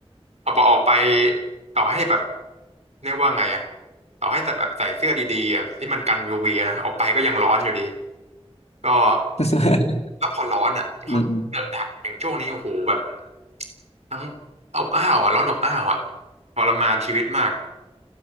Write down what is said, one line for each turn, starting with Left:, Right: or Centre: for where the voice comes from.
Right: เอาไปออกไปต่อให้แบบเรียกว่าไงอ่ะต่อให้แบบใส่เสื้อดีๆอะที่มันกันยูวีนะออกไปก็ยังร้อนอยู่ดี ก็
Left: <laughs>
Right: แล้วพอร้อนอ่ะร้อนเดือดหนักอย่างช่วงนี้โอ้โหแบบ
Left: อืมอืม
Right: ทั้งอบอ้าวอ่ะร้อนอบอ้าวอ่ะทรมานชีวิตมาก